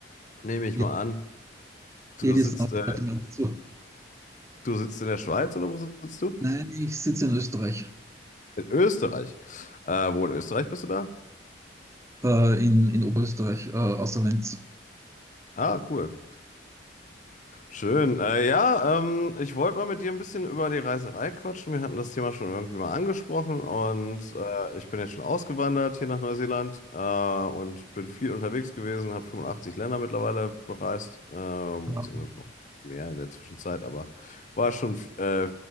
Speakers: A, on the left; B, on the right.
A: nehme ich
B: Ja,
A: mal an. Du
B: jedes
A: sitzt,
B: Land
A: äh,
B: hat einen dazu.
A: du sitzt in der Schweiz oder wo sitzt du?
B: Nein, ich sitze in Österreich,
A: In Österreich. Äh, wo in Österreich bist du da?
B: äh, in, in Oberösterreich, äh, außer Lenz.
A: Ah, cool. Schön. Äh, ja, ähm, ich wollte mal mit dir ein bisschen über die Reiserei quatschen. Wir hatten das Thema schon irgendwie mal angesprochen und äh, ich bin ja schon ausgewandert hier nach Neuseeland äh, und bin viel unterwegs gewesen, habe 85 Länder mittlerweile bereist, äh, beziehungsweise
B: Ähm,
A: noch mehr in der Zwischenzeit, aber war schon äh,